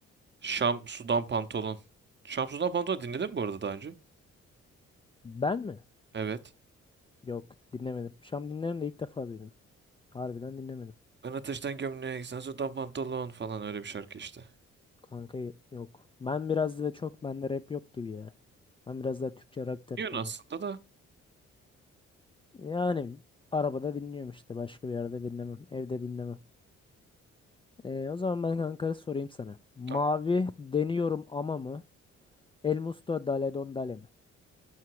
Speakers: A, on the right (about 35°); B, on the left (about 15°).
A: Şam sudan pantolon. Şam sudan pantolon dinledin mi bu arada daha önce?
B: Ben mi?
A: Evet.
B: Yok dinlemedim. Şam dinlerim de ilk defa duydum. Harbiden dinlemedim.
A: Ben ateşten gömlek, sen sudan pantolon falan öyle bir şarkı işte.
B: Kanka y- yok. Ben biraz da çok bende rap yok gibi ya. Ben biraz daha Türkçe rock tarafındayım.
A: Biliyorsun aslında da.
B: Yani arabada dinliyorum işte. Başka bir yerde dinlemem. Evde dinlemem. Ee, o zaman ben kanka sorayım sana. Mavi
A: Tamam.
B: deniyorum ama mı? El Musto Dale Don Dale mi?